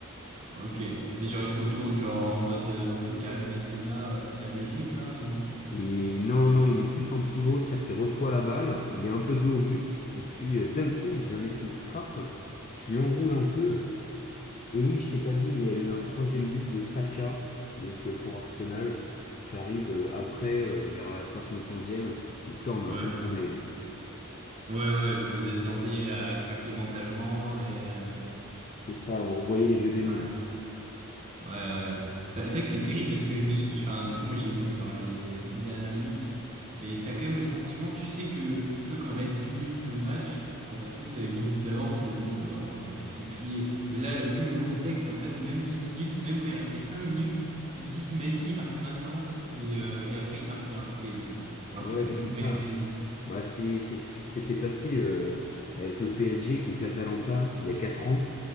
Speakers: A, on the right; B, on the left.
A: Ok. Mais genre, il se retourne, genre, en mode euh, un peu Karim Benzema euh, face à la Belgique, là, ou...
B: Et non, non, il est plus en pivot, c'est-à-dire qu'il reçoit la balle, il est un peu dos au but, et puis euh, d'un coup, il vient mettre une frappe qui l'enroule un peu. Et oui, je t'ai pas dit, mais il y a eu un troisième but de Saka, donc euh, pour Arsenal, qui arrive euh, après, euh, vers la 75e. Donc là, on a
A: Ouais.
B: un peu tremblé. hein.
A: Ouais, ouais, ouais, vous vous attendiez à craquer mentalement et euh,
B: C'est ça, on revoyait les vieux démons.
A: ouais, ouais, ouais. Ça- C'est vrai que c'est terrible parce que je me suis, enfin, du coup, moi j'ai vu genre les dix dernières minutes et t'as quand même le sentiment, tu sais que, tu vois, quand il reste dix minutes de match en foot avec deux buts d'avance, c'est bon quoi, hein, c'est plié. Mais là, vu le contexte, en fait, même dix minutes, même quand il restait cinq minutes, tu te dis, imagine, il marque maintenant et, euh, et après il marque dans la foulée, tu vois. Alors
B: Ouais,
A: que c'est
B: bah
A: complètement
B: c'est ça.
A: irréaliste.
B: Bah, c'est c'est ce qui s'était passé euh, avec le PSG contre l'Atalanta il y a 4 ans.